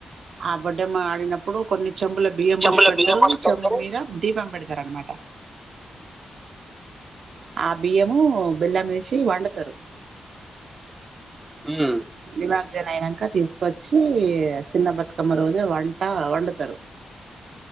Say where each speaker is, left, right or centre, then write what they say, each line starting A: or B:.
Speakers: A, on the right; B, on the right.
A: ఆ బొడ్డెమ్మ ఆడినప్పుడు కొన్ని చెంబుల బియ్యం పుసి
B: చెంబుల
A: పెడతారు
B: బియ్యం పోసి
A: చెంబు
B: పెడతారు
A: మీద దీపం పెడతారు అనమాట ఆ బియ్యము బెల్లమేసి వండుతారు
B: ఉమ్
A: నిమగ్జన అయినాక తీసుకొచ్చి చిన్న బతుకమ్మ రోజు వంట ట వండుతారు